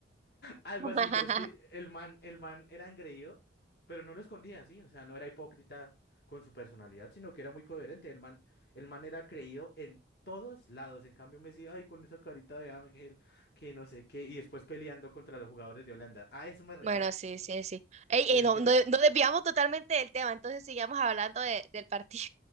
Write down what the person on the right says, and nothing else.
<laughs>
Bueno, sí, sí, sí. Ey,
ey,
no,
no, no desviamos totalmente del tema, entonces sigamos hablando de- del partido.